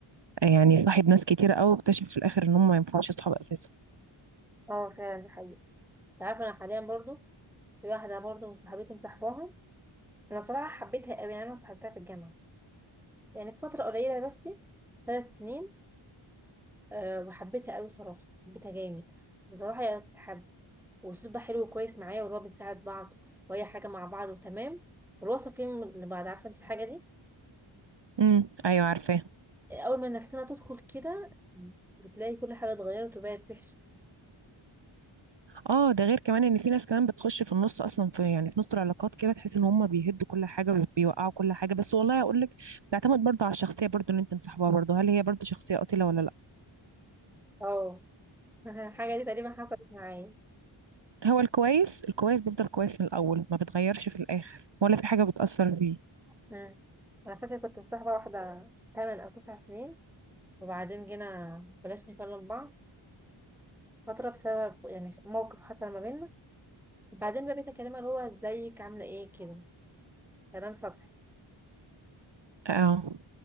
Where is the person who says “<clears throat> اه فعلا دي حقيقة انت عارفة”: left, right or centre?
Centre